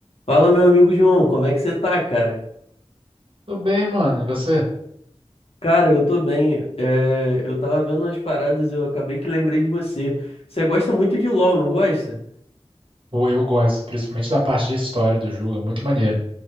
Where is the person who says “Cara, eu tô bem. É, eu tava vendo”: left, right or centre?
Left